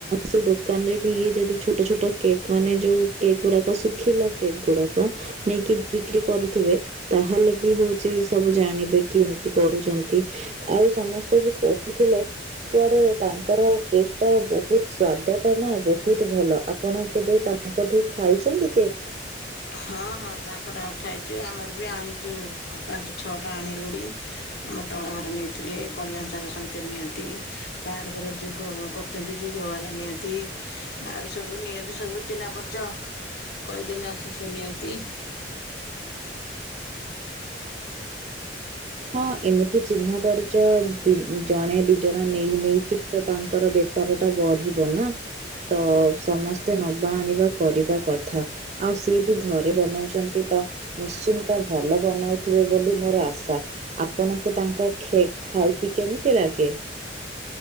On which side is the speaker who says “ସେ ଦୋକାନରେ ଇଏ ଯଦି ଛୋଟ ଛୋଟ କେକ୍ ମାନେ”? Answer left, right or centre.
Right